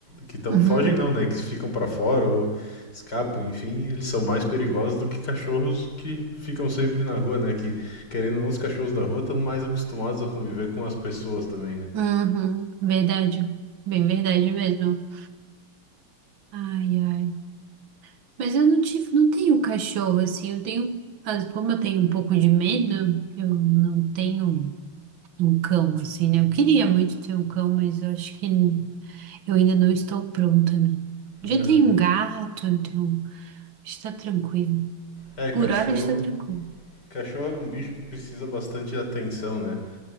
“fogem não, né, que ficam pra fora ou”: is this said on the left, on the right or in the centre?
Left